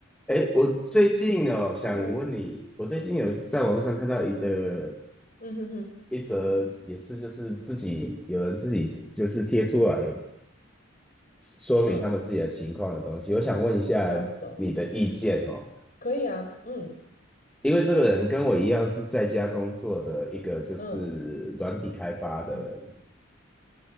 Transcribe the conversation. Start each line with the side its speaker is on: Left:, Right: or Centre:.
Centre: 哎，我最近哦，想问你，
Left: Hello，
Centre: 我最近有在网上看到一的
Left: 嗯哼哼，
Centre: 一则，也是就是自己有人自己就是贴出来说明他们自己的情况的东西，
Left: 嗯，
Centre: 我想问一下
Left: 这样子哦，
Centre: 你的意见哦，
Left: 可以啊，嗯
Centre: 因为这个人跟我一样是在家工作的一个就是软体开发的人，
Left: 嗯嗯